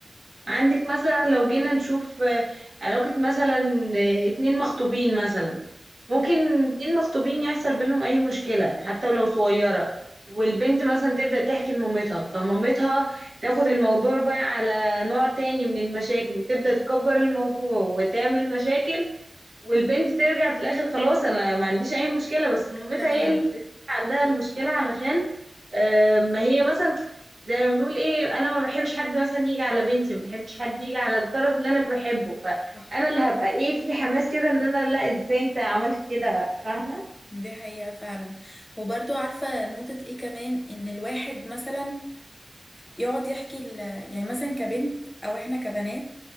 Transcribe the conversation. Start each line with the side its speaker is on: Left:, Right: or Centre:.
Right: عندك
Left: بس
Right: مثلا لو جينا نشوف آه، علاقة مثلا آه، اتنين مخطوبين مثلا ممكن
Left: مم.
Right: اتنين مخطوبين يحصل بينهم أي مشكلة حتى ولو صغيرة والبنت مثلا تبدأ تحكي لمامتها فمامتها تاخد الموضوع بقى على نوع تاني من المشاكل وتبدأ تكبر الموضوع وتعمل مشاكل والبنت ترجع في الاخر خلاص انا ما عنديش اي مشكله بس مامتها
Left: آه، تمام
Right: هي اللي عندها المشكله علشان آه، ما هي مثلا زي ما بنقول ايه انا ما بحبش حد مثلا يجي على بنتي ما بحبش حد يجي على الطرف اللي انا بحبه فانا
Left: صح
Right: اللي هبقى ايه في حماس كده ان انا لا ازاي انت عملت كده فاهمه
Left: دي حقيقة فعلا وبرضو عارفة نقطة ايه كمان ان الواحد مثلا يقعد يحكي ل- يعني مثلا كبنت او احنا كبنات